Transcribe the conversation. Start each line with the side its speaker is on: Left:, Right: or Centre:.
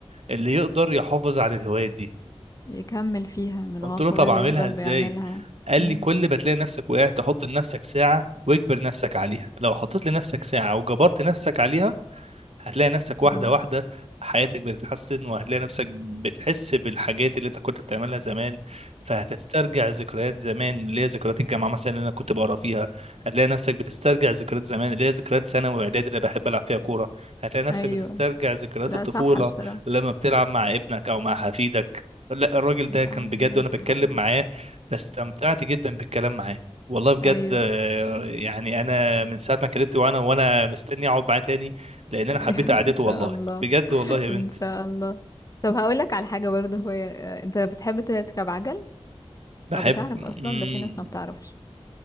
Right: اللي يقدر يحافظ على الهوايات دي
Left: يكمل فيها من
Right: قلت
Left: هو صغير
Right: له طب اعملها
Left: ويفضل
Right: ازاي
Left: بيعملها
Right: قال
Left: مم.
Right: لي كل ما تلاقي نفسك وقعت تحط لنفسك ساعة واجبر نفسك عليها لو حطيت لنفسك ساعة وجبرت نفسك عليها هتلاقي نفسك واحدة
Left: مم.
Right: واحدة حياتك بتتحسن وهتلاقي نفسك بتحس بالحاجات اللي انت كنت بتعملها زمان فهتسترجع ذكريات زمان اللي هي ذكريات الجامعة مثلا اللي انا كنت بقرا فيها هتلاقي نفسك بتسترجع ذكريات زمان اللي هي ذكريات ثانوي واعدادي اللي بحب العب فيها كورة هتلاقي نفسك
Left: ايوه
Right: بتسترجع ذكريات
Left: لا
Right: الطفولة
Left: صح بصراحة
Right: لما بتلعب مع ابنك او مع حفيدك لا الراجل ده كان
Left: صح عندك
Right: بجد وانا بتكلم
Left: حق
Right: معاه فاستمتعت جدا بالكلام معاه والله بجد
Left: ايوه
Right: آه، يعني انا من ساعة ما كلمت وانا وانا مستني اقعد معاه تاني لان انا حبيت
Left: ايوه <laughs>
Right: قعدته
Left: ان
Right: والله
Left: شاء الله
Right: بجد والله يا
Left: ان
Right: بنت
Left: شاء الله طب هقول لك على حاجة برضه هو انت بتحب تركب عجل
Right: بحب
Left: او بتعرف
Right: مم.
Left: اصلا ده في ناس ما بتعرفش